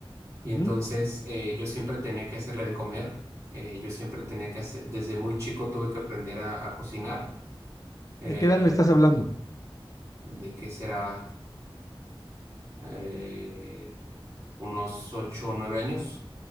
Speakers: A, on the right; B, on the left.
A: y
B: ¿De
A: entonces eh, yo siempre tenía que hacerle de comer. eh, yo siempre tenía que hacer, desde muy chico tuve que aprender a, a cocinar. eh,
B: qué edad me estás hablando?
A: de qué será eh, unos ocho o nueve años.